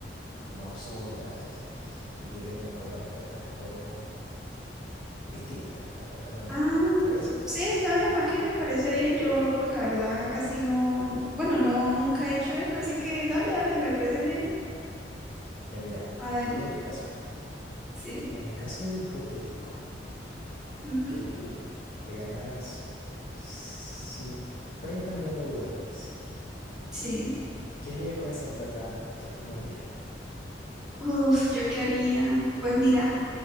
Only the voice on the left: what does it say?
como absurdas y, y que tengan como respuestas como distintas a lo, a lo normal,
¿te parece?
Ya mira,
primer caso.
En el caso hipotético
que tú te ganaras cin- 30 millones de dólares,
¿qué harías con esa plata el primer día?